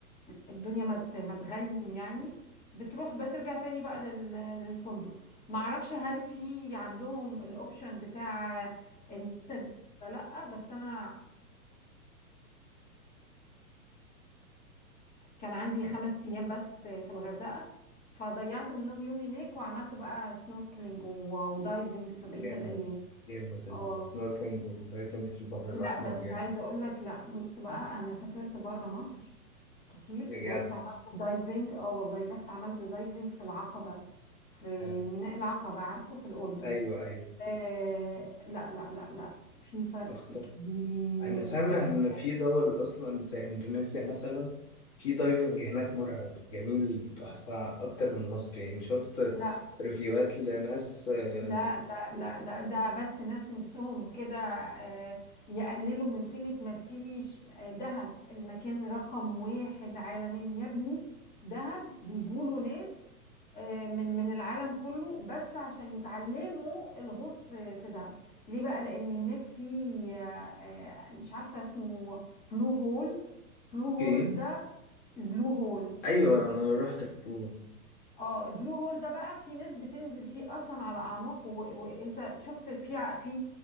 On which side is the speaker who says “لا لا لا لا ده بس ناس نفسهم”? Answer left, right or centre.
Left